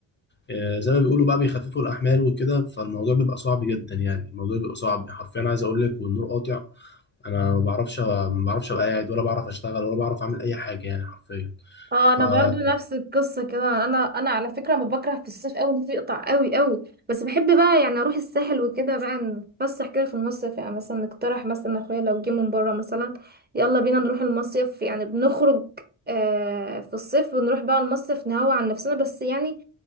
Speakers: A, on the left; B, on the right.
A: آه، زي ما بيقولوا بقى بيخففوا الاحمال وكده فالموضوع بيبقى صعب جدا يعني الموضوع بيبقى صعب حرفيا عايز اقول لك والنور قاطع انا ما بعرفش ما بعرفش ابقى قاعد ولا بعرف اشتغل ولا بعرف اعمل اي حاجه يعني حرفيا
B: اه انا
A: فا
B: برضو نفس القصه كده انا انا على فكره ما بكره في الصيف قوي الناس بيقطع قوي قوي بس بحب بقى يعني اروح الساحل وكده بقى نتفسح كده في المصيف يعني مثلا نقترح مثلا اخويا لو جه من بره مثلا يلا بينا نروح المصيف يعني بنخرج آه في الصيف ونروح بقى المصيف نهوى عن نفسنا بس يعني